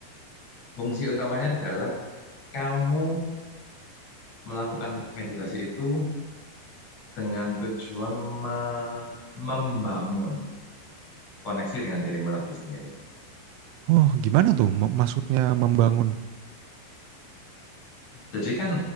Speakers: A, on the left (about 35°); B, on the right (about 80°).
A: fungsi utamanya adalah kamu melakukan meditasi itu dengan tujuan me- membangun koneksi dengan dirimu lagi sendiri.
B: oh gimana tuh ma- maksudnya membangun?
A: Jadi kan